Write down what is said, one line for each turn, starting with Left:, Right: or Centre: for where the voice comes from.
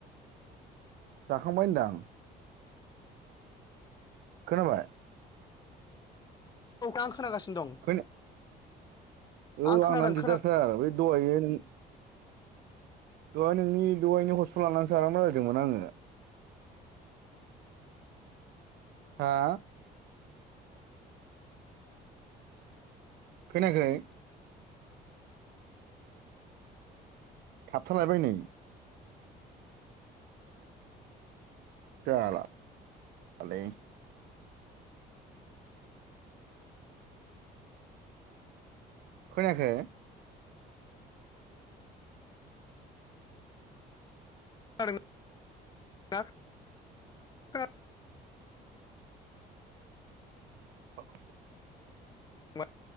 Right: जाखांबाय होनदां खोनाबाय
Left: औ खां आं खोनागासिनो दं
Right: खोना औ
Left: आं खोनादों
Right: आंनानो दिगदारथार
Left: खोना
Right: बे दहायो दहाय नोंनि दहायनि हस्पिाल लानानै सो आराम रायलायदोंमोन आङो हा खोनायाखै थाबथालायबाय नै जालालै खोनायाखै
Left: <unintelligible>
Right: <unintelligible>
Left: फंबाय?